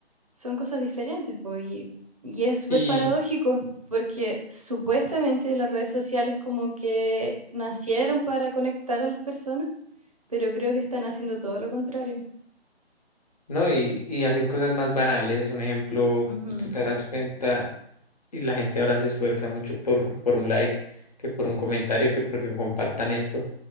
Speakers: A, on the right; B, on the left.
A: son cosas diferentes, po, y, y es súper
B: Y
A: paradójico, porque supuestamente las redes sociales como que nacieron para conectar a las personas, pero creo que están haciendo todo lo contrario.
B: no, y, y hacen cosas más banales. Un ejemplo,
A: Ujú,
B: tú te das cuenta y la gente ahora se esfuerza mucho por, por un like, que por un comentario, que porque compartan esto.